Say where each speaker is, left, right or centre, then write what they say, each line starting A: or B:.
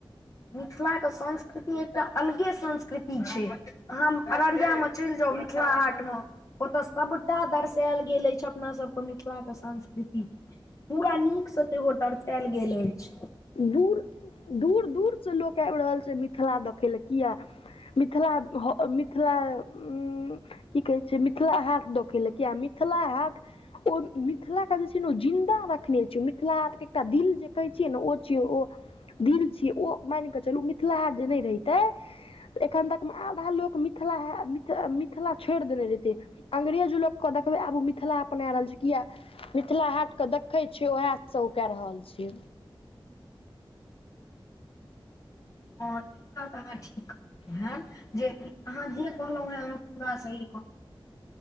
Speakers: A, on the left; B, on the left.
A: मिथिलाके संस्कृति एकटा अलगे संस्कृति छै आहा अररियामे चलि जाउ मिथिला हाटमे ओतऽ सभटा दर्शायल गेल अछि अपना सबके मिथिला के संस्कृति के पूरा नीकसँ सेहो दरसायल गेल अछि
B: दूर दूर दूरसँ लोक आबि रहल छै मिथिला देखय लेल किया मिथिला मिथिला उ की कहै छै मिथिला हाट देखैल किया मिथिला हाट ओ मिथिलाके जे छै ने जिन्दा रखने छ मिथिला आर के एकटा दिल जे कहै छियै नऽ ओ छिय ओ दिल छियै ओ मान कऽ चलू मिथिला हाट जे नहि रहितै तऽ एखन तकमे आधा लोक मिथिला ह मिथिला छोड़ि देने रहितै अंग्रेज लोकके देखबै आब ओ मिथिला अपनाए रहल छै किया मिथिला हाटके देखै छियै उएहसँ ओ कए रहल छै
A: हँ ई बात अहाँ ठीक कहलहुँ जे अहाँ जे कहलहुं हेँ अहाँ पूरा सही